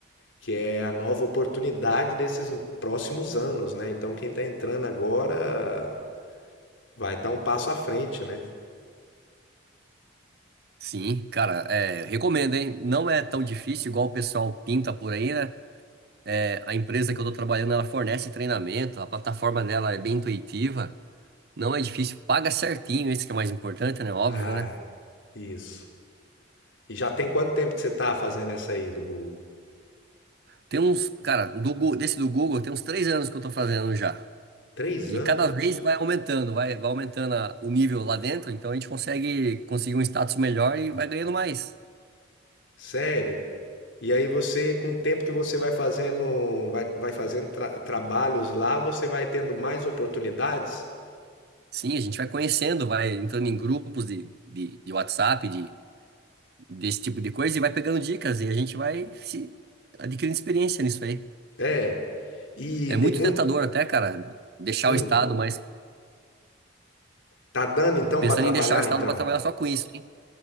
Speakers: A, on the left; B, on the right.
A: que é a nova oportunidade desses próximos anos, né? Então quem está entrando agora vai estar um passo à frente, né?
B: Sim, cara, é, recomendo, hein? Não é tão difícil igual o pessoal pinta por aí, né? É, a empresa que eu tô trabalhando, ela fornece treinamento, a plataforma dela é bem intuitiva, não é difícil, paga certinho, isso que é mais importante, né? Óbvio,
A: Ah,
B: né?
A: isso. E já tem quanto tempo que você está fazendo essa aí do Google?
B: Tem uns, cara, do, Gu- desse do Google, tem uns três anos que eu tô fazendo já.
A: Três
B: E
A: anos?
B: cada vez vai aumentando, vai, vai aumentando a- o nível lá dentro, então a gente consegue conseguir um status melhor e vai ganhando mais.
A: Sério? E aí você, com o tempo que você vai fazendo, vai, vai fazendo tra- trabalhos lá, você vai tendo mais oportunidades?
B: Sim, a gente vai conhecendo, vai entrando em grupos de, de, de WhatsApp, de, desse tipo de coisa, e vai pegando dicas, e a gente vai se adquirindo experiência nisso aí.
A: É. E
B: É
A: tem
B: muito
A: muito.
B: tentador até, cara, deixar
A: Hum,
B: o estado, mas
A: tá dando então
B: pensando
A: para trabalhar
B: em deixar o estado
A: então?
B: para trabalhar só com isso, hein?